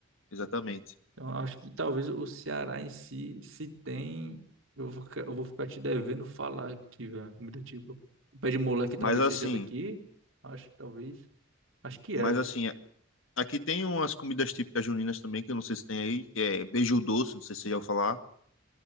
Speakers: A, on the left; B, on the right.
A: exatamente.
B: ter. Então, eu acho que talvez o Ceará em si, se tem. Eu vou, ficar- eu vou ficar te devendo falar aqui, velho. Comida tipo. O pé de moleque talvez
A: Mas assim,
B: seja daqui. Acho que talvez. Acho que
A: mas
B: é, velho.
A: assim, aqui tem umas comidas típicas juninas também, que eu não sei se tem aí, que é beiju doce, não sei se você já ouviu falar.